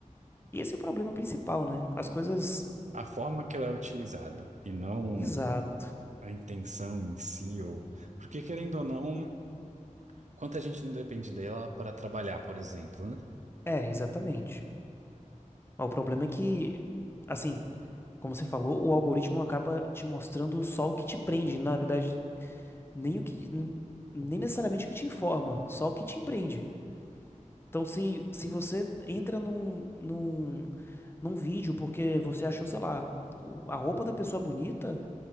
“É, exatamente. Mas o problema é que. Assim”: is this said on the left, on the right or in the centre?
Left